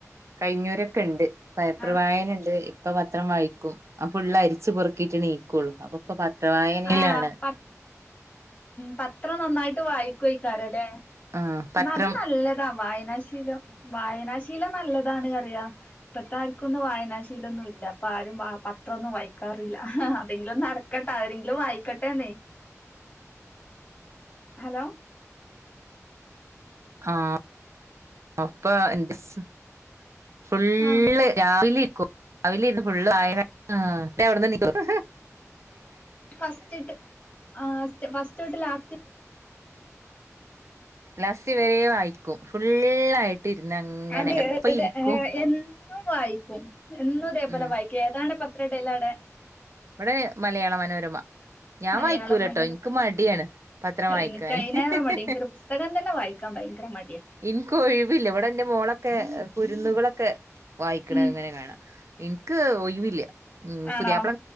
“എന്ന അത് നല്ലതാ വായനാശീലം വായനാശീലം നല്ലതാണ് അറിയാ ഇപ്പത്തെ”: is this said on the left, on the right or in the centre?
Left